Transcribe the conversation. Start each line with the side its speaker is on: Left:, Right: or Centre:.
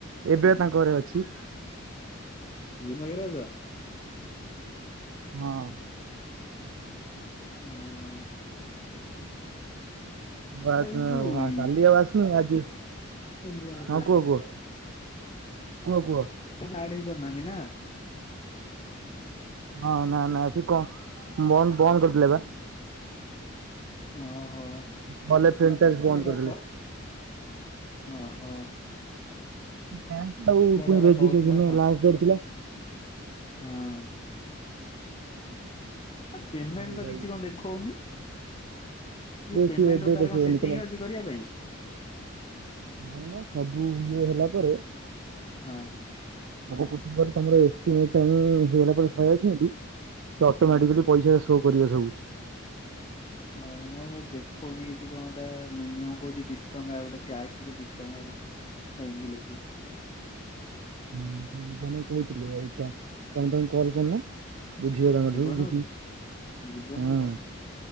Right: ଏବେ ତାଙ୍କ ଘରେ ଅଛି।
Left: ଜିନ୍ମଗ୍ରେ ଅଛ?
Right: ହଁ
Left: ଆଉ
Right: ମୁଁ
Left: ଏଇ ଯୋଉ ଇ
Right: କାଲି ଆବାସ ନାଇ ଆଜି
Left: ଆଁ ଆଁ
Right: ହଁ କୁହ କୁହ କୁହ କୁହ
Left: ଟିକ ଆଡ ହେଇ ପାରୁନାହାନ୍ତି ନା।
Right: ହଁ ନା ନା ଏଠ କ'ଣ ବ ବନ୍ଦ ବନ୍ଦ କରିଦେଲେ ବା
Left: ଓ ହୋ
Right: ଗଲେ ଫିନଟେକ୍ସ ବନ୍ଦ
Left: ଏଟା
Right: କରିଦେଲେ।
Left: କ ଓ ହୋ
Right: ଆ ପୁଣି
Left: ଗୋଟା କହୁଥିଲା
Right: <unintelligible>
Left: ତ
Right: ଥିଲା।
Left: ହଁ। ପେମେଣ୍ଟ
Right: ଆଉ
Left: ତ
Right: ଭାଇ
Left: କିଛି କଣ ଦେଖଉନି ପେମେଣ୍ଟ
Right: ସିଏ ଏବେ
Left: ର ତାର
Right: ଦେଖିବନି
Left: କଣ ସେଟିଂ
Right: ତମେ
Left: ଅଛି କରିବା ପାଇଁ?
Right: ନାଇଁ ମ ସବୁ ଇଏ ହେଲା ପରେ
Left: ହଁ।
Right: <unintelligible> ସେ ଅଟୋମେଟିକାଲି
Left: ହଁ
Right: ପଇସା ଶୋ କରିବ ସବୁ।
Left: ହଁ ମ ଦେଖୁନି କିଛି କଣ ଗୋଟେ ମିନିମ କହୁଛି ଦି ଟଙ୍କା ଗୋଟେ ଟାକ୍ସ ଦି ଟଙ୍କା କଣ ଏମିତି ଲେଖୁଚି।
Right: ହୁଁ ସୋଇ ବନେଇ କହୁଥିଲେ ଆଉ ତ ତମେ ତମକୁ କଲ କରୁନ ବୁଝିଗ ତମଠୁ
Left: ଜୀବନକୁ
Right: ଉଠିଛି
Left: ତ ଜୀବନକୁ
Right: ହଁ
Left: ତ